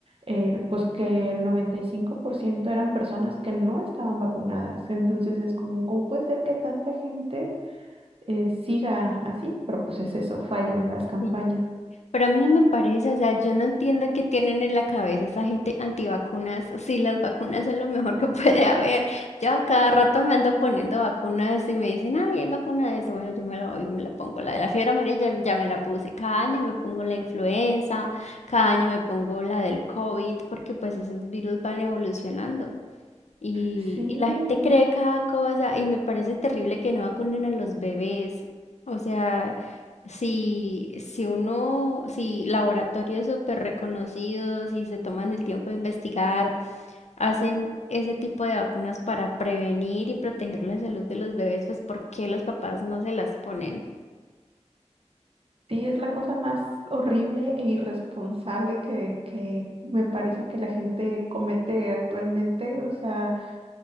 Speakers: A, on the right; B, on the left.
A: eh, pues que el 95% eran personas que no estaban vacunadas. Entonces es como, ¿cómo puede ser que tanta gente eh, siga así? Pero pues es eso, fallan las campañas.
B: Sí. Pero a mí no me parece, o sea, yo no entiendo qué tienen en la cabeza esa gente antivacunas. Sí, las vacunas son lo mejor que <laughs> puede haber. Yo a cada rato me ando poniendo vacunas y me dicen, ay, hay vacuna de eso. Bueno, yo me la doy, me la pongo. La de la fiebre amarilla ya me la puse. Cada año me pongo la influenza, cada año me pongo la del COVID, porque pues esos virus van evolucionando. Y,
A: Sí,
B: y la gente cree cada cosa y me parece terrible que no vacunen a los bebés. O sea, si, si uno, si laboratorios súper reconocidos y se toman el tiempo de investigar, hacen ese tipo de vacunas para prevenir y proteger la salud de los bebés, pues ¿por qué los papás no se las ponen?
A: sí, es la cosa más horrible e irresponsable que, que me parece que la gente comete actualmente. O sea...